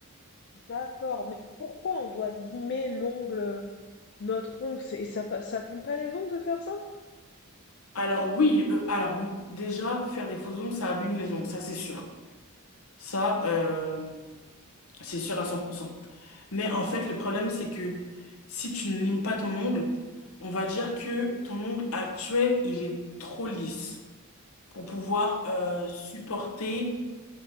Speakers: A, on the left; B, on the left.
A: D'accord, mais pourquoi on doit limer l'ongle, notre ongle, c'est- et ça, pa- ça abîme pas les ongles de faire ça?
B: Alors oui, euh, alors m- déjà, faire des faux ongles, ça abîme les ongles, ça c'est sûr. Ça, euh, C'est sûr à cent pour cent Mais en fait, le problème, c'est que si tu ne limes pas ton ongle, on va dire que ton ongle actuel, il est trop lisse pour pouvoir euh, supporter